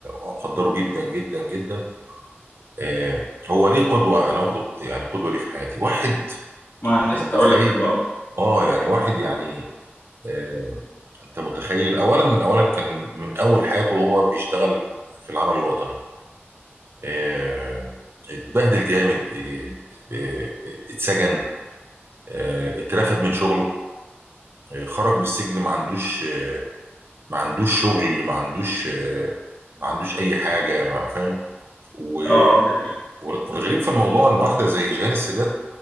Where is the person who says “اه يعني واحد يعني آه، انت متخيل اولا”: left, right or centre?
Right